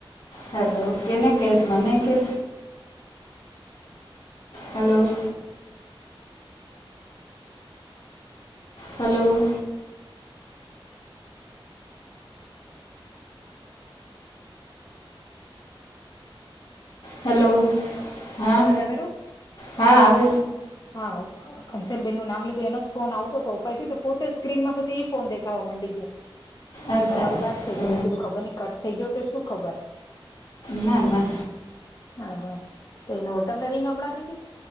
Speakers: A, on the left; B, on the left.
A: હેલો કેને કેશ મને કે હેલો. હેલો. હેલો
B: હલો
A: હા
B: અવાજ આવેરો
A: હા આવે
B: હા કંચનબેનનું નામ લીધું એનો જ ફોન આવતોતો ઉપાડ લીધો પોતે જ સ્ક્રીનમાં પછી ઈ ફોન દેખાવા મંડી ગયો.
A: અચ્છા
B: તમારું ગાયબ થઈ
A: તો
B: ગયું મેને કીધું ખબર નઈ કટ થઈ ગયો કે શું ખબર
A: ના ના.
B: હા હા તો એનો તમને રીંગ સંભળાતી હતી